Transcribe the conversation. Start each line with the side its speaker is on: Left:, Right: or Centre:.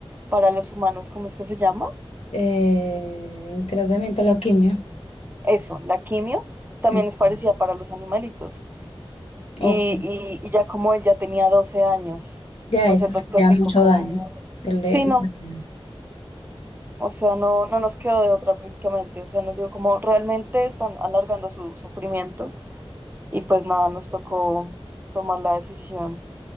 Right: para los humanos, ¿cómo es que se llama?
Left: Eh, el tratamiento, la quimio.
Right: Eso, la quimio, también
Left: Ujú.
Right: es parecida para los animalitos. Y,
Left: Ok,
Right: y- y ya como él ya tenía 12 años,
Left: ya
Right: pues
Left: eso
Right: el doctor
Left: le da
Right: dijo
Left: mucho
Right: como,
Left: daño. Se le-
Right: sí, no,
Left: le-
Right: o sea, no, no nos quedó de otra prácticamente, o sea, nos dijo como, realmente están alargando su sufrimiento y pues nada, nos tocó tomar la decisión.